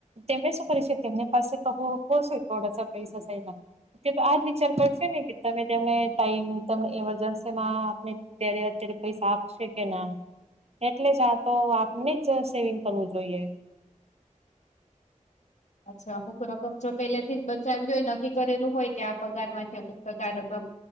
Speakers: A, on the right; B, on the left.
A: તેમને શું કરે છે તેમને પાસે ક કોસ હોય થોડાસા પૈસા સાઈડમાં તે તો આજ વિચાર કરશે ને કે તમે તેમને ટાઈમ તને એમરજન્સીમાં આપણે ત્યારે અત્યારે પૈસા આપશે કે ના એટલે જ આ તો આપને જ સેવિંગ કરવું જોઈએ.
B: અચ્છા અમુક રકમ જો પેલેથી જ બચાવલી હોય નક્કી કરેલું હોય કે આ પગાર માંથી અમુક ટકા રકમ